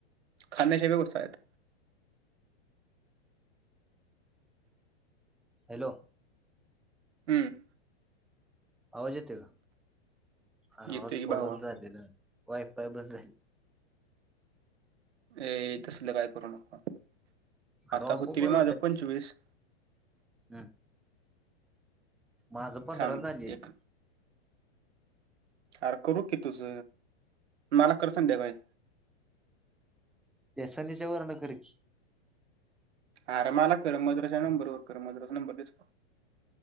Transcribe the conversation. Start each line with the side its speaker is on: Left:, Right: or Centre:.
Right: खाण्याच्या व्यवसायात.
Centre: हॅलो.
Right: हम्म
Centre: आवाज येते का. आर
Right: येतोय
Centre: हॉटस्पॉट
Right: की भावा
Centre: बंद झालेलं. वायफाय बंद झाली.
Right: ए तसलं काय <unintelligible>
Centre: अरे
Right: आता
Centre: आपोआपच
Right: होतील माझ पंचवीस.
Centre: हम्. माझ पंधरा
Right: थांब
Centre: झालीत.
Right: एक आर करू की तुझ. मला कर संध्याकाळी.
Centre: त्या सनी च्या वरण कर की.
Right: आर मला कर मधुरा च्या नंबर वर कर मधुरा चा नंबर दिस